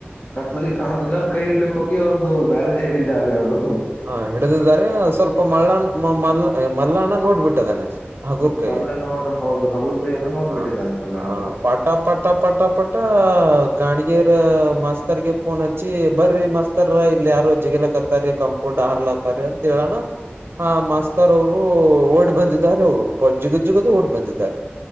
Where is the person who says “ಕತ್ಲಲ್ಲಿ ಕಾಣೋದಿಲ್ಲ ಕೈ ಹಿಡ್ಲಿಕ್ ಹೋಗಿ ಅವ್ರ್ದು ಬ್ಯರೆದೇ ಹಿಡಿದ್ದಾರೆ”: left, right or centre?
Left